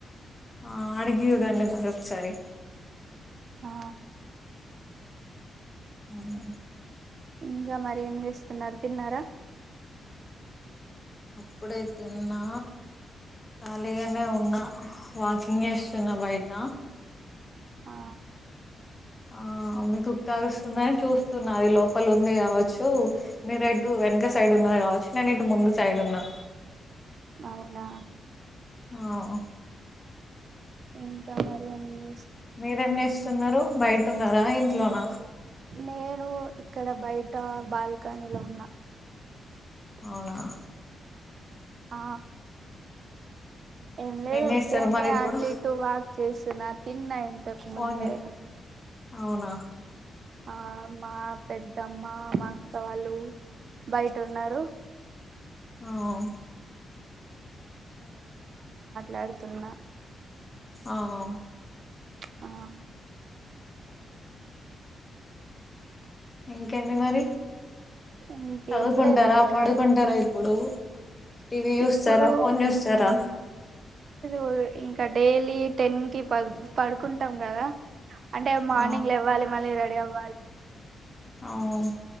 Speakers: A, on the left; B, on the right.
A: ఆ అడిగి చూడండి మరి ఒకసారి
B: ఆ.
A: మ్.
B: ఇంక మరి ఏం చేస్తున్నారు తిన్నారా
A: ఇప్పుడే తిన్నా ఖాళీగానే ఉన్నా వాకింగ్ చేస్తున్నా బయట
B: ఆ
A: ఆ మీ కుక్క అరుస్తుందని చూస్తున్నా అది లోపల ఉంది కావచ్చూ మీరు అటు వెనుక సైడ్ ఉన్నరు కావచ్చు నేను ఇటు ముందు సైడ్ ఉన్నా
B: అవునా
A: ఆఓ
B: ఇంక మరి ఏంది
A: మీరేం చేస్తున్నారు బయటున్నారా ఇంట్లోన
B: నేను ఇక్కడ బయట బాల్కనీలో ఉన్నా
A: అవునా
B: ఆ ఏం లేదు
A: చేస్తారు
B: ఉట్టిగానే
A: మరి ఇప్పుడు
B: అటు ఇటు వాక్ చేసి నాద్ తిన్నా ఇంతకు ముందే
A: ఫోన్ అవునా
B: ఆ మా పెద్దమ్మా మా అక్క వాళ్ళు బయట ఉన్నారు
A: అవ్
B: లాడుతున్నా
A: ఆ వ్
B: ఆ
A: ఇంకేంటి మరి
B: ఇంకేం
A: చదువుకుంటారా
B: లేదు ఇంకా
A: పడుకుంటారా ఇప్పుడు టీవీ చూస్తారా
B: ఇప్పుడు
A: ఫోన్ చూస్తారా
B: ఉ. ఇంకా డైలీ టెన్ కి ప పడుకుంటాం కదా అంటే మార్నింగ్
A: ఆ
B: లెవ్వాలి మళ్ళీ రెడీఅవ్
A: అ వ్